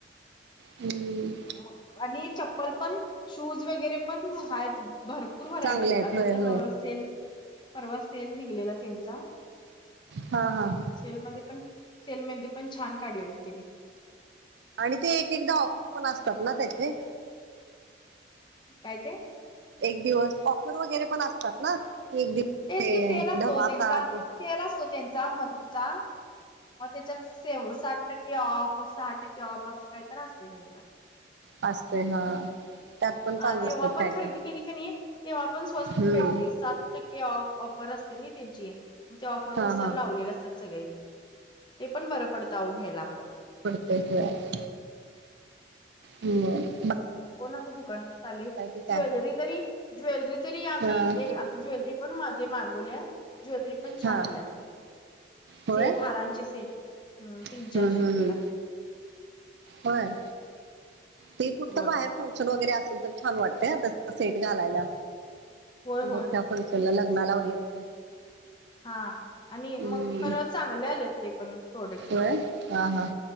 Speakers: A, on the right; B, on the left.
A: हं.
B: मग, आणि चप्पल पण शूज वगैरे पण आहेत भरप पूर व्हरायटी
A: चांगले
B: आहेत. आता
A: होय
B: तर
A: होय
B: सेल परवा सेल निघलेला त्यांचा.
A: हा हा.
B: सेलमध्ये पण सेलमध्ये पण छान काढलेली त्यांनी
A: आणि ते एक एकदा ऑफ पण असतात ना त्याचे
B: काय ते?
A: एक दिवस ऑफर वगैरे पण असतात ना. की एक दिवस
B: तेच
A: ते
B: की सेल असतो,
A: धमाका
B: त्यांचा
A: असं
B: सेल असतो, त्यांचा मंथचा मग त्याच्यात सेव्ह साठ टक्के ऑफ सहा टक्के ऑफ, असं काही तर असतय त्यांच
A: आसतय हा. त्यात पण चांगलं
B: आ तेव्हा
A: असतात
B: पण
A: काय
B: खरेदी
A: काय
B: केली क नी, तेव्हा पण स्वस्तच
A: हम्म
B: भेटतय सात टक्के ऑफ ऑफर असते नी त्यांची मग ते ऑफरनुसार
A: हा हा
B: लावलेले असत्यात सगळे, ते पण बरं पडतं आओ घ्यायला आपल्याला
A: कश्या आहात? निवांत.
B: कोण आता दुकानात चाललय,
A: की काय
B: ज्वेलरी तरी ज्वेलरी तरी आम्ही
A: हा
B: आता ज्वेलरी पण मध्ये मागवलीया ज्वेलरी पण छान
A: हा
B: आलीया
A: होय
B: सेट हारांचे सेट तीन
A: हम्म
B: चारशे
A: हम्म
B: रुपयला
A: हम्म होय ते कुठतंर
B: होय
A: बाहेर फंक्शन वगैरे असेल तर छान वाटतय हा तस, सेट घालायला
B: होय
A: मोठ्या
B: होय
A: फंक्शनला, लग्नाला वगैरे काई
B: हा आणि मग
A: हम्म
B: खरं चांगले आलेत, ते पण प्रोडक्ट
A: होय हा हा.